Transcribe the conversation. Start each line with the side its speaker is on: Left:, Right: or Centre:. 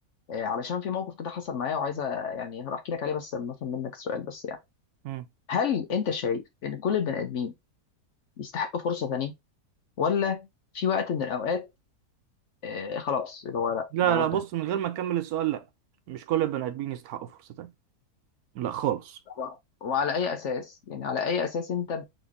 Left: آه، علشان في موقف كده حصل معايا وعايز أ- يعني هروح احكي لك عليه بس لما افهم منك السؤال بس يعني
Right: مم.
Left: هل انت شايف ان كل البني ادمين يستحقوا فرصه ثانيه ولا في وقت من الأوقات آه، خلاص اللي هو لا
Right: لا
Left: الموضوع
Right: لا
Left: انتهى
Right: بص من غير ما اكمل السؤال لا مش كل البني ادمين يستحقوا فرصة تانية لا خالص
Left: و- وعلى أي أساس يعني على أي أساس أنت